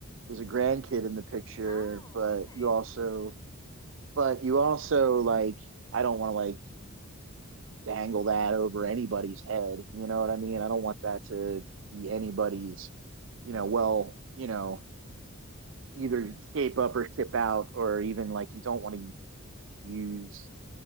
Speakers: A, on the right (about 60°); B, on the left (about 20°).
A: there's a grandkid in the picture,
B: Oh,
A: but
B: okay.
A: you also, but you also like, I don't want to like dangle that over anybody's head. You know what
B: hmm
A: I mean? I don't want that to be anybody's, you know, well, you know, either escape up or ship out, or even like you don't want to use